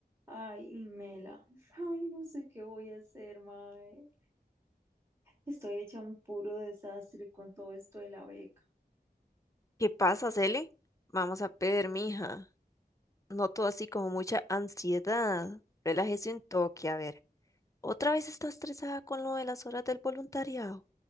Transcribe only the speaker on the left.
¿Qué pasa, Cele? Vamos a ver, mija. Noto así como mucha ansiedad. Relájese un toque, a ver. ¿Otra vez está estresada con lo de las horas del voluntariado?